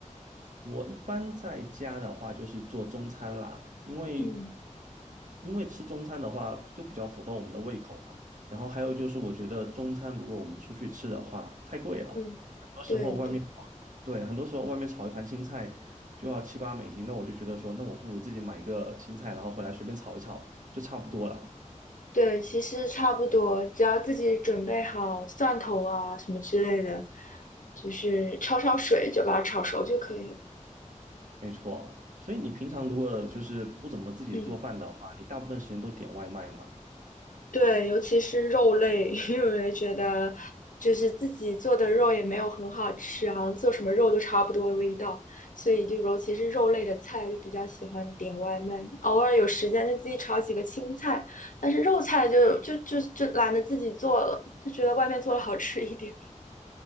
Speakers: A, on the right; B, on the left.
A: 我一般在家的话，就是做中餐啦，因为
B: 嗯，
A: 因为吃中餐的话，就比较符合我们的胃口嘛。然后还有就是，我觉得中餐如果我们出去吃的话，太贵了，
B: 嗯，
A: 很多时候外面，
B: 对对。
A: 对，很多时候外面炒一盘青菜就要七八美金，那我就觉得说，那我不如自己买一个青菜，然后回来随便炒一炒，就差不多了。
B: 对，其实差不多，只要自己准备好蒜头啊什么之类的，就是焯焯水就把它炒熟就可以了。
A: 没错，所以你平常如果就是不怎么自己做饭的话，
B: 嗯，
A: 你大部分时间都点外卖嘛？
B: 对，尤其是肉类，<laughs> 因为觉得就是自己做的肉也没有很好吃，好像做什么肉都差不多的味道，所以就尤其是肉类的菜就比较喜欢点外卖，偶尔有时间就自己炒几个青菜，但是肉菜就就就就懒得自己做了，就觉得外面做的好吃一点。